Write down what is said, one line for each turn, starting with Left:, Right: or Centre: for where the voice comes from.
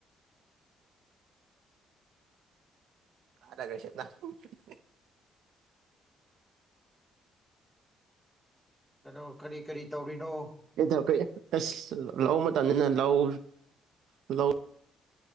Right: ꯇꯥꯗꯒ ꯁꯦꯠꯅ <unintelligible>
Centre: ꯀꯅꯣ ꯀꯔꯤ ꯀꯔꯤ ꯇꯧꯔꯤꯅꯣ
Right: ꯀꯩꯗꯧ ꯀꯦꯑꯦ ꯑꯁ ꯂꯧ ꯃꯇꯝꯅꯤꯅ ꯂꯧ ꯂꯧ